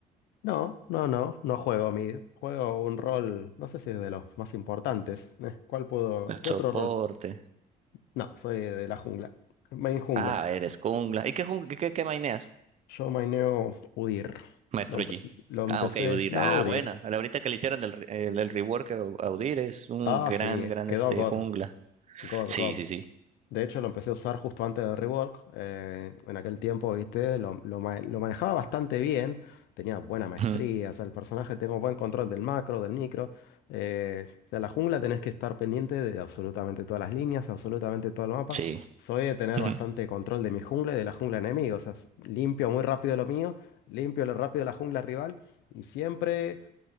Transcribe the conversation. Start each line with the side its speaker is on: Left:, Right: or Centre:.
Left: No, no, no, no juego mid. Juego un rol, no sé si es de los más importantes. Eh, ¿cuál puedo?
Right: El
Left: ¿Qué otro
Right: soporte.
Left: rol? No, soy de la jungla. Main jungla.
Right: Ah, eres jungla. ¿Y qué, jung- qué, qué qué maineas,
Left: Yo maineo Udyr.
Right: maestro
Left: Lo, empe-
Right: G?
Left: lo empecé.
Right: Ah, ok, Udyr.
Left: No,
Right: Ah,
Left: Udyr.
Right: buena. Ahorita que le hicieron el, re- el, el rework a a Udyr es un
Left: Ah,
Right: gran,
Left: sí,
Right: gran
Left: quedó
Right: este
Left: God.
Right: jungla.
Left: God,
Right: Sí,
Left: God.
Right: sí, sí.
Left: De hecho, lo empecé a usar justo antes de Rework. eh, en aquel tiempo, viste, lo, lo ma- lo manejaba bastante bien. Tenía buena maestría.
Right: Ujú,
Left: O sea, el personaje tengo buen control del macro, del micro. eh, o sea, la jungla tenés que estar pendiente de absolutamente todas las líneas, absolutamente todo el mapa.
Right: Sí.
Left: Soy de tener
Right: Ujú.
Left: bastante control de mi jungla y de la jungla enemiga. O sea, limpio muy rápido lo mío, limpio lo rápido la jungla rival. Y siempre